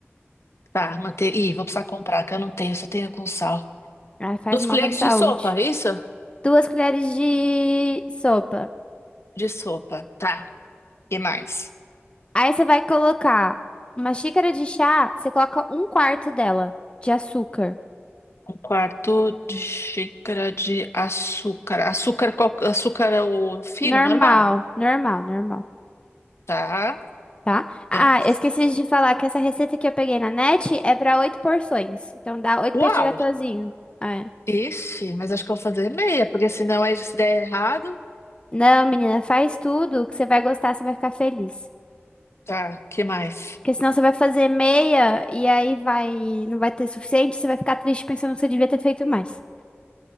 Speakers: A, on the left; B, on the left.
A: tá. Manter... Ih, vou precisar comprar, que eu não tenho, só tenho com sal.
B: Aí faz
A: Duas
B: mal
A: colheres
B: pra saúde.
A: de sopa, é isso?
B: Duas colheres de sopa.
A: De sopa. Tá. E mais?
B: Aí você vai colocar uma xícara de chá, você coloca um quarto dela de açúcar.
A: Um quarto de xícara de açúcar. Açúcar, qual- açúcar é o fino,
B: Normal,
A: normal,
B: normal, normal,
A: tá?
B: tá? Ah,
A: E mais?
B: eu esqueci de falar que essa receita que eu peguei na net é pra oito porções. Então dá oito petit
A: Uau!
B: gâteauzinho. É.
A: Ixi, mas acho que eu vou fazer meia, porque senão aí se der errado.
B: Não, menina, faz tudo que você vai gostar, você vai ficar feliz.
A: Tá, que mais?
B: Porque senão você vai fazer meia e aí vai, não vai ter suficiente, você vai ficar triste pensando que você devia ter feito mais.